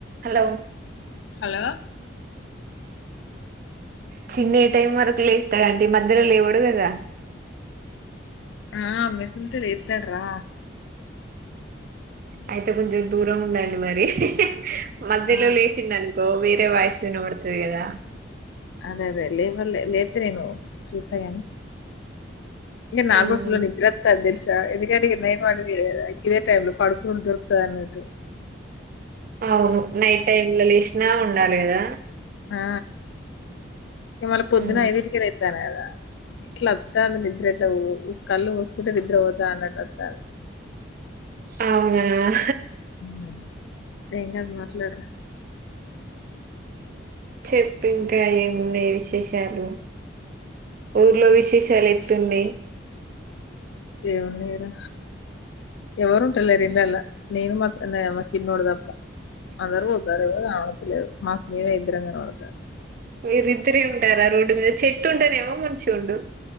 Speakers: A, on the right (about 45°); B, on the left (about 75°).
A: Hello
B: hello
A: Chinni యే time వరకు లేస్తాడు ఆంటీ మధ్యలో లేవడు కదా
B: ఆ మేసిలట్లే లేతాడు రా
A: అయితే కొంచెం దూరం ఉండాలి మరి <inaudible> మధ్యలో
B: ఆ
A: లేసిండు అన్ గో వేరే వాయిస్ వినబడుతది కదా
B: అదే అదే లేవర్లే లేస్తే చూతగానీ ఇంగా నాకుడా
A: అవును
B: ఫుల్ నిద్రవతది తెలుస్ ఎందుకంటే నేను కూడా వంట చేయడంమే ఇదే టైంలో పడుకు దొరుకుతది అనట్టు
A: అవును నైట్ టైమ్లో లేసినా నాలుగుద
B: ఆ ఇ మళ పొద్దున
A: ఉమ్,
B: ఐదింటికే లేపినారు కదా ఇట్లా అత్తా నిద్ర ఎట్లా కళ్ళు ముసుకుంటే నిద్ర పోతా అన్నట్టు అత్త
A: అవునా
B: హ ఏం కాదు మాట్లాడు
A: చెప్పు ఇంకా ఏమున్నాయి విశేషాలు ఊర్లో విశేషాలు ఎట్లున్నాయి
B: ఏమన్నారు ఎవరు ఉంటలే ఇండ్లళ్లో నేను మమ్మా చిన్నోడదప్ప అందరు పోతారువ రావట్లేదు మాకు మీమే ఇద్దరం కనబడతాండం
A: మీరిద్దరే ఉంటారా రోడ్డు మీద చెట్టు ఉంటేనేమో మంచి ఉండు